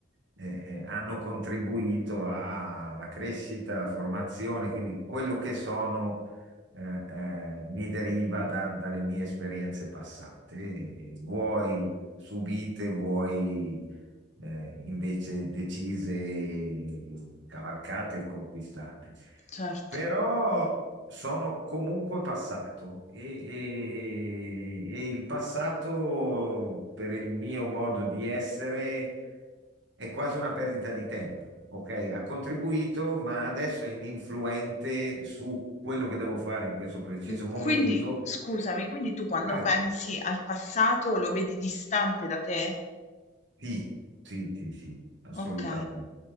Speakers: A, on the right (about 65°); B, on the left (about 35°).
A: eh, eh, hanno contribuito alla crescita, alla formazione, quindi quello che sono eh, eh, mi deriva da- dalle mie esperienze passate, vuoi subite, vuoi eh, invece decise, cavalcate e conquistate.
B: Certo.
A: Però sono comunque passato e, e- e il passato, per il mio modo di essere, è quasi una perdita di tempo. Ok, ha contribuito, ma adesso è ininfluente su quello che devo fare in questo preciso
B: Mm,
A: momento.
B: Quindi, scusami, quindi tu quando
A: Vai.
B: pensi al passato lo vedi distante da te?
A: Sì, sì, sì, sì, assolutamente.
B: Ok,